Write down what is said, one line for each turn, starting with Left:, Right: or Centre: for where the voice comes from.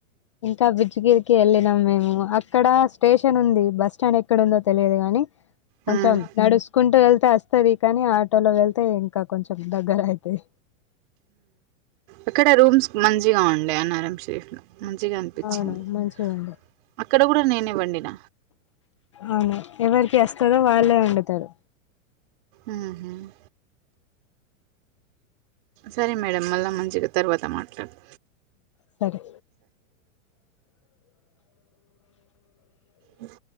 Left: ఇంకా బిజుగిరికి వెళ్ళినం మేము. అక్కడ స్టేషన్ ఉంది. బస్ స్టాండ్ ఎక్కడ ఉందో తెలియదు గాని.
Right: హ్మ్
Left: కొంచం నడుసుకుంటూ వెళ్తే వస్తది కానీ ఆటోలో వెళ్తే ఇంకా కొంచెం దగ్గర అయితది.
Right: అక్కడ రూమ్స్ మంచిగా ఉండే అన్నారం షేపులో మంచిగా అనిపించింది
Left: అవును
Right: అక్
Left: మంచిగా ఉంది
Right: అక్కడ కూడా నేనే వండిన.
Left: అవును ఎవరికి వస్తదో వాళ్ళే వండుతారు.
Right: ఉమ్ ఉమ్ సరే మేడం మళ్ళా మంచిగా తర్వాత మాట్లాడుత
Left: సరే
Right: ఉమ్